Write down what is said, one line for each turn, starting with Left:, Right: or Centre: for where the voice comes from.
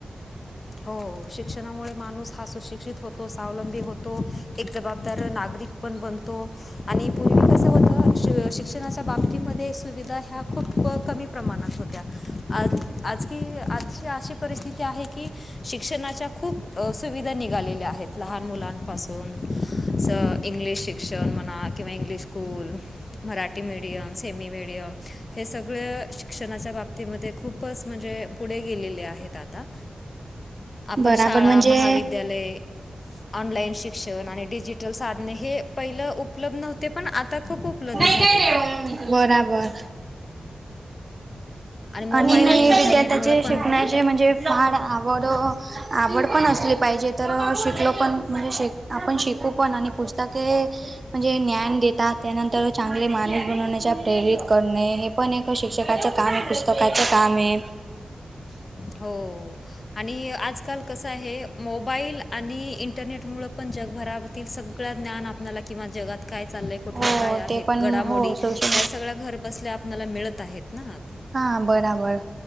Left: हो शिक्षणामुळे माणूस हा सुशिक्षित होतो, स्वावलंबी होतो, एक जबाबदार नागरिक पण बनतो आणि पूर्वी कस होत शिक्षणाच्या बाबतीमध्ये सुविधा ह्या खूप कमी प्रमाणात होत्या. आज आज की आजची अशी परिस्थिती आहे की शिक्षणाच्या खूप सुविधा निघालेल्या आहेत. लहान मुलांपासून अस इंग्लिश शिक्षण म्हणा किंवा English school Marathi medium, semi medium हे सगळ शिक्षणाच्या बाबतीमध्ये खूपच म्हणजे पुढे गेलेले आहेत आता आपण
Right: बराबर
Left: शाळा
Right: म्हणजे
Left: महाविद्यालय, ऑनलाईन शिक्षण आणि डिजिटल सा हे पहिलं उपलब्ध नव्हते पण आता खूप उपलब्ध
Right: नाही
Left: झालेले
Right: काय नाही
Left: आहे.
Right: मग मी बराबर.
Left: मोबाईल
Right: आणि
Left: इंटरनेटमुळं
Right: विद्यार्थाचे
Left: पण
Right: शिकण्याचे म्हणजे फार आवड, आवड पण असली पाहिजे तर शिकलो पण, म्हणजे शिक आपण शिकू पण. आणि पुस्तक हे म्हणजे ज्ञान देतात. त्यानंतर चांगले माणूस बनवण्याच्या प्रेरित करणे. हे पण एक शिक्षकाच्या कामे. पुस्तकाचे कामे.
Left: हो, आणि आजकाल कस आहे मोबाईल आणि इंटरनेट मुळ पण, जगभराातील सगळ ज्ञान, आपला किंवा जगात काय चाललंय. कुठल्या
Right: हो
Left: काय आहे.
Right: ते पण
Left: घडामोड
Right: हो सोशल
Left: ह्या सगळ्या घर बसल्या आपणाला मिळत आहेत ना. आत.
Right: हा बराबर.